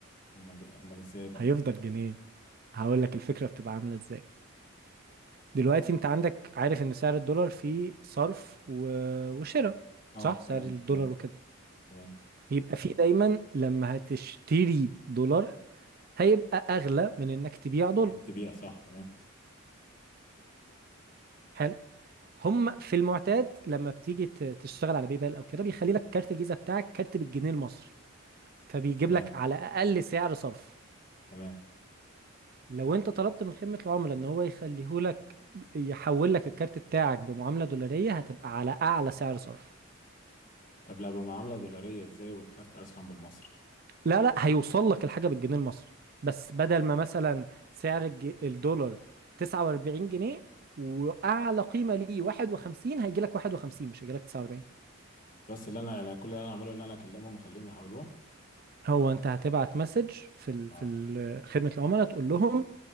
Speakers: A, on the left (about 35°); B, on the right (about 45°).
A: أمال إيه؟ أمال إزاي بقى؟
B: هيفضل جنيه هقول لك الفكرة بتبقى عاملة ازاي دلوقتي انت عندك عارف ان سعر الدولار فيه صرف و... وشراء
A: آه
B: صح سعر
A: تمام
B: الدولار
A: تمام
B: وكده
A: تمام
B: بيبقى فيه دايما لما هتشتري دولار هيبقى اغلى من انك تبيع دولار
A: حابب تبيع صح تمام
B: حلو هم في المعتاد لما بتيجي ت- تشتغل على باي بال او كده بيخلي لك كارت الفيزا بتاعك كارت بالجنيه المصري فبيجيب
A: تمام
B: لك على اقل سعر صرف
A: تمام
B: لو انت طلبت من خدمة العملاء ان هو يخليه لك يحول لك الكارت بتاعك بمعاملة دولارية هتبقى على اعلى سعر صرف
A: طب لو بمعاملة دولارية ازاي والكارت اسلم بالمصري
B: لا لا هيوصل لك الحاجة بالجنيه المصري بس بدل ما مثلا سعر الج- الدولار 49 جنيه وأعلى قيمة ليه 51 هيجي لك 51 مش هيجي لك 49
A: بس اللي انا يعني كل اللي انا اعمله ان انا اكلمهم واخليهم يحولوها
B: هو أنت هتبعت مسج في ال
A: اه
B: في ال خدمة العملاء تقول لهم